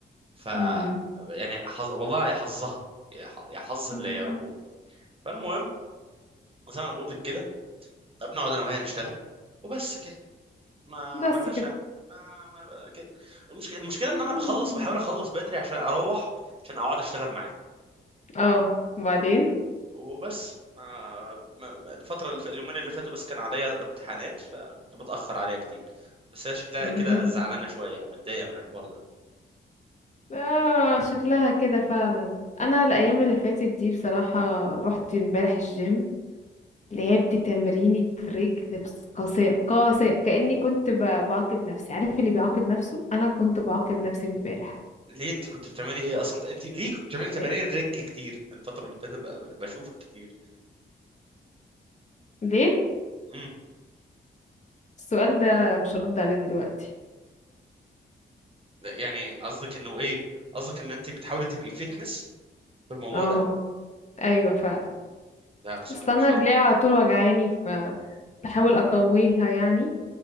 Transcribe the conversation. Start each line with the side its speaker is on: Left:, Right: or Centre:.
Right: ف
Left: امم
Right: يعني حظ... والله يا حظها يا ح- يا حظ اللي
Left: امم
Right: يعرفوه فالمهم زي ما انا بقول لك كده بنقعد انا وهي نشتغل وبس كده ما
Left: بس
Right: عملناش
Left: كده
Right: ما ما كده المشكله المشكله
Left: مم.
Right: ان انا بخلص بحاول اخلص بدري عشان اروح عشان اقعد اشتغل معاه
Left: اه وبعدين
Right: وبس آه، ما- ما- الفتره اللي ف- اليومين اللي فاتوا بس كان عليا امتحانات فكنت بتاخر عليها كتير بس هي شكلها
Left: مهم.
Right: كده زعلانه شويه ومتضايقه من الحوار ده
Left: اه شكلها كده فعلا انا الايام اللي فاتت دي بصراحة رحت امبارح الجيم لعبت تمرينة رجل بس قاسية قاسية كأني كنت ب- بعاقب نفسي عارف اللي بيعاقب نفسه انا كنت بعاقب نفسي امبارح
Right: ليه انت كنت بتعملي ايه اصلا انت ليه كنت بتعملي
Left: آه،
Right: تمارين الرجل كتير الفتره اللي فاتت ب- ب- بشوفك كتير
Left: ليه
Right: امم
Left: السؤال ده مش هرد عليه دلوقتي
Right: يعني قصدك انه ايه قصدك ان انت بتحاولي تبقي فيتنس في الموضوع
Left: اه
Right: ده
Left: ايوه فعلا
Right: لا بسم
Left: اصل
Right: الله ما
Left: انا
Right: شاء
Left: رجلي
Right: الله
Left: على طول وجعاني فبحاول اقويها يعني